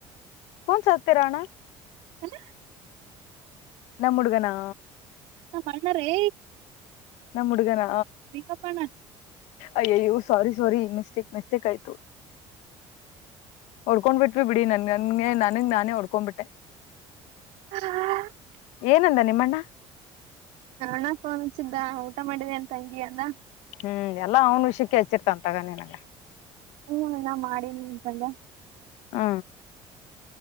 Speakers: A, on the left; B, on the right.
A: ಕನ್ಸ ಹತ್ಯರಣ
B: ಅಲ್ಲ
A: ನಾ ಮುಡುಗನಾ
B: ನ ಅಣ್ಣಾರೇ
A: ನಮ್ಮ್ ಹುಡುಗನ
B: ಈಗಪ್ಪಣ
A: ಅಯ್ಯಯ್ಯೋ ಸಾರಿ ಸಾರಿ ಮಿಸ್ಟೇಕ್ ಮಿಸ್ಟೇಕ್ ಆಯ್ತು ಹೊಡ್ಕೊಂಡ್ಬಿಟ್ವಿ ಬಿಡಿ ನನ್ ನನ್ಗೆ ನನ್ಗ್ ನಾನೇ ಹೊಡ್ಕೊಂಡ್ಬಿಟ್ಟೆ
B: ಹಾ
A: ಏನಂದ ನಿಮ್ಮಣ್ಣ
B: ಹಣಫೋನ್ ಹಚ್ಚಿದ್ದ ಊಟ ಮಾಡಿದೆ ಅಂತ ಹಂಗಿಯ ಅಲ್ಲ
A: ಹ್ಮ್ ಎಲ್ಲಾ ಅವ್ನ ವಿಷಯಕ್ಕೆ ಹಚ್ಚಿರ್ತ ಅಂತಗ ನನಗೆ
B: ಹ್ಮ ನ ಮಾಡಿನಿ ನಿನ್ ಸಂಜೆ
A: ಹ